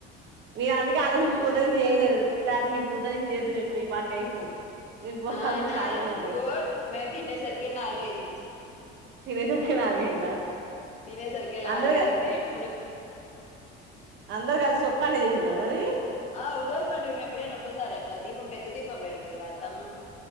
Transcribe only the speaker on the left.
చూడలేదు
ఆ నాలు
ఇగో మేము తినేసరికే నాలుగయింది
తినేసరికి లాలుగైంది
ఇప్పుడే
ఆ ఉగాది పండుగ మే ఎప్పుడైనా ఒక్కసారే అక్క దీపం పెద్దదీపం పెడతదిగా అత్తమ్మ